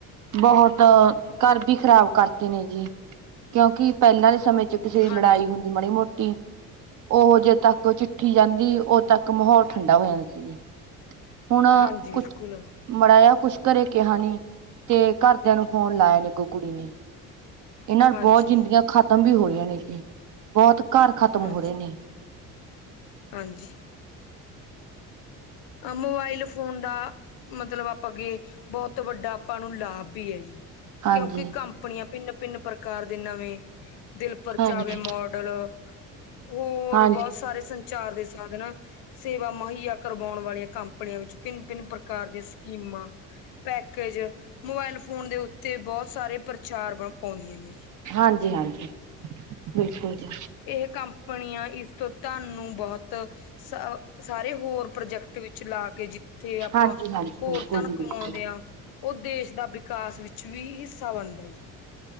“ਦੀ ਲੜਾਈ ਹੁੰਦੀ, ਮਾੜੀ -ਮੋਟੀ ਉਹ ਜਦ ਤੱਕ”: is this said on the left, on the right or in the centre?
Right